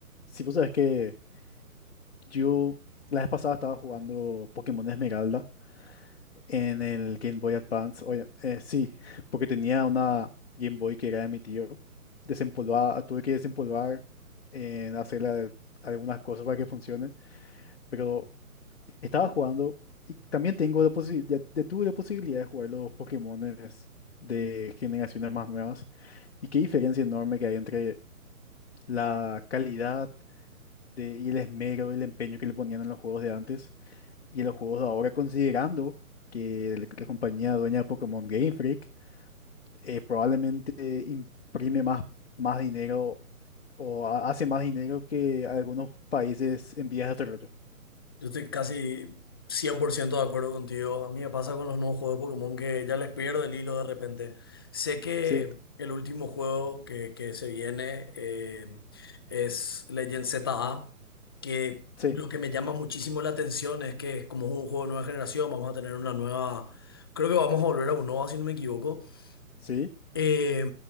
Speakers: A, on the left (about 45°); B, on the left (about 15°).
A: Si vos sabés que yo la vez pasada estaba jugando Pokémon Esmeralda en el Game Boy Advance. Oye, eh, sí, porque tenía una Game Boy que era de mi tío. Desempolvada, tuve que desempolvar, eh, hacerle algunas cosas para que funcione. Pero estaba jugando y también tengo la posibilidad, tuve la posibilidad de jugar los Pokémones de generaciones más nuevas. Y qué diferencia enorme que hay entre la calidad de- y el esmero, el empeño que le ponían en los juegos de antes y en los juegos de ahora, considerando que la, la compañía dueña de Pokémon Game Freak eh, probablemente eh, imprime más, más dinero o ha- hace más dinero que algunos países en vías de desarrollo.
B: Yo estoy casi 100% de acuerdo contigo. A mí me pasa con los nuevos juegos de Pokémon que ya les pierdo el hilo de repente. Sé que
A: Sí,
B: el último juego que, que se viene eh, es Legend ZA, que
A: sí,
B: lo que me llama muchísimo la atención es que como es un juego de nueva generación, vamos a tener una nueva... Creo que vamos a volver a Unova, si no me equivoco.
A: sí,
B: Eh,